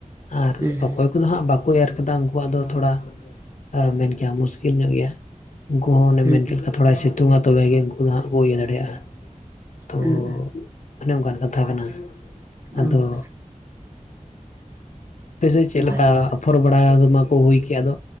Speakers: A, on the left; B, on the right.
A: ᱟᱨ
B: ᱦᱩᱸ
A: ᱚᱠᱚᱭ ᱩᱱᱠᱩ ᱫᱚ ᱦᱟᱸᱜ ᱵᱟᱠᱚ ᱮᱨ ᱟᱠᱟᱫᱟ, ᱩᱱᱠᱩᱣᱟᱜ ᱫᱚ ᱛᱷᱚᱲᱟ, ᱟ ᱢᱮᱱ ᱠᱮᱭᱟᱢ ᱢᱩᱥᱠᱤᱞ ᱧᱚᱜ ᱜᱮᱭᱟ, ᱩᱱᱠᱩ ᱦᱚᱸ ᱚᱱᱮ
B: ᱦᱩᱸ
A: ᱢᱮᱱ ᱠᱮᱛ ᱞᱮᱠᱟ ᱛᱷᱚᱲᱟᱭ ᱥᱤᱛᱩᱝᱼᱟ ᱛᱚᱵᱮ ᱜᱮ ᱩᱱᱠᱩ ᱫᱚ ᱦᱟᱸᱜ ᱠᱚ ᱤᱭᱟᱹ ᱫᱟᱲᱮᱭᱟᱜᱼᱟ᱾ ᱛᱚ
B: ᱦᱩᱸ
A: ᱚᱱᱮ ᱚᱸᱠᱟᱱ ᱠᱟᱛᱷᱟ ᱠᱟᱱᱟ᱾ ᱟᱫᱚ
B: ᱚ <inaudible>
A: ᱟᱯᱮᱥᱮᱜ ᱪᱮᱜ ᱞᱮᱠᱟ,
B: ᱵᱷᱟᱜᱮ ᱜᱮ
A: ᱟᱯ- ᱯᱷᱚᱨ ᱵᱟᱲᱟ ᱠᱚ ᱢᱟᱠᱚ ᱦᱩᱭ ᱠᱮᱜᱼᱟ ᱟᱫᱚ